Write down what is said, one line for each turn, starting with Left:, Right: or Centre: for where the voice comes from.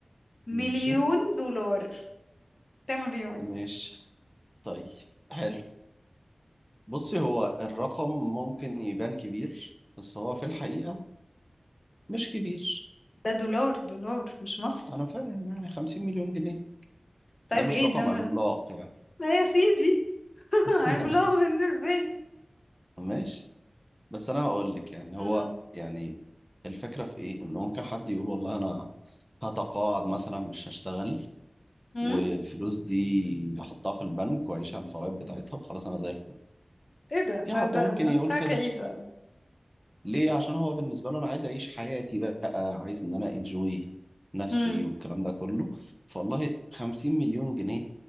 Left: مليون
Centre: ماشي
Left: دولار تعمل بيهم ايه؟
Centre: ماشي طيب حلو بصي هو الرقم ممكن يبان كبير بس هو في الحقيقة مش كبير
Left: ده دولار دولار مش مصري
Centre: انا فاهم يعني 50 مليون جنيه
Left: طيب
Centre: ده مش
Left: ايه
Centre: رقم
Left: ده ما
Centre: عملاق يعني
Left: ما يا سيدي <laughs>
Centre: <laughs>
Left: عملاق بالنسبة لي
Centre: ماشي بس انا هقول لك يعني هو
Left: امم
Centre: يعني الفكرة في ايه ان ممكن حد يقول والله انا هتقاعد مثلا مش هشتغل
Left: امم
Centre: والفلوس دي احطها في البنك واعيش على الفوائد بتاعتها وخلاص انا زي الفل
Left: ايه ده
Centre: في
Left: ده
Centre: حد
Left: ده
Centre: ممكن
Left: ده
Centre: يقول
Left: بتاع
Centre: كده
Left: كئيبة
Centre: ليه عشان هو بالنسبه له انا عايز اعيش حياتي بقى عايز ان انا انجوي نفسي
Left: امم
Centre: والكلام ده كله فوالله 50 مليون جنيه